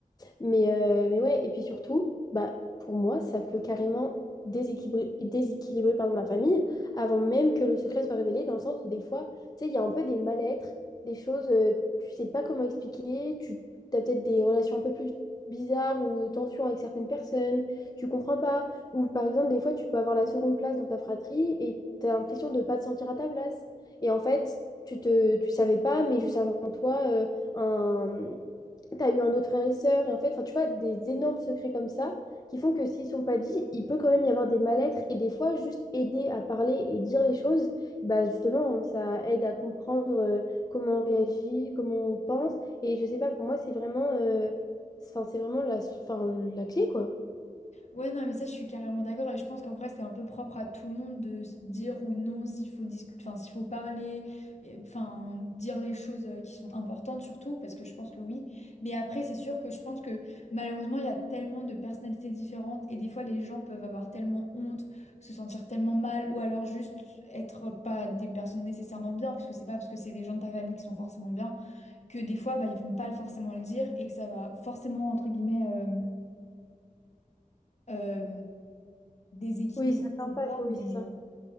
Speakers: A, on the left; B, on the left.
A: Mais, euh, mais ouais, et puis surtout, bah, pour moi, ça peut carrément déséquilibrer, déséquilibrer pardon, la famille avant même que le secret soit révélé, dans le sens où des fois, tu sais, il y a un peu des mal-être, des choses, euh, tu sais pas comment expliquer, tu as peut-être des relations un peu plus bizarres ou de tensions avec certaines personnes, tu comprends pas. Ou par exemple, des fois, tu peux avoir la seconde place dans ta fratrie et tu as l'impression de pas te sentir à ta place. Et en fait, tu te, tu savais pas, mais juste avant toi, euh, un, tu as eu un autre frère et sœur, et en fait, enfin, tu vois, des énormes secrets comme ça qui font que s'ils sont pas dits, il peut quand même y avoir des mal-être, et des fois, juste aider à parler et dire les choses, bah justement, ça aide à comprendre euh, comment on réagit, comment on pense, et je sais pas, pour moi, c'est vraiment, euh, c'est- enfin, c'est vraiment la, enfin, la clé, quoi.
B: Ouais, non, mais ça, je suis carrément d'accord et je pense qu'en vrai, c'est un peu propre à tout le monde de se dire ou non s'il faut discuter, enfin, s'il faut parler, et- enfin, dire les choses euh, qui sont importantes surtout, parce que je pense que oui. Mais après, c'est sûr que je pense que malheureusement, il y a tellement de personnalités différentes et des fois, les gens peuvent avoir tellement honte, se sentir tellement mal ou alors juste être pas des personnes nécessairement bien, parce que c'est pas parce que c'est des gens de ta famille qui sont forcément bien que des fois, bah, ils vont pas forcément le dire et que ça va forcément, entre guillemets, euh, euh, déséquilibrer,
A: Oui, ça
B: etc.
A: sympa, quoi,
B: Mais
A: oui, c'est ça.